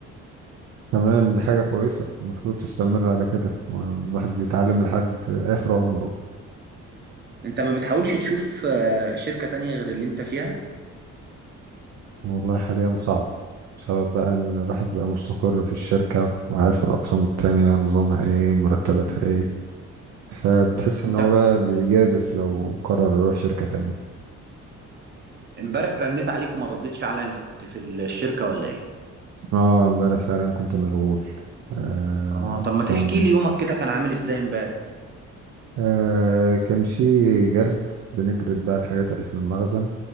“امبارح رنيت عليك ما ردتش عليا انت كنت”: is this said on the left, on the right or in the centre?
Right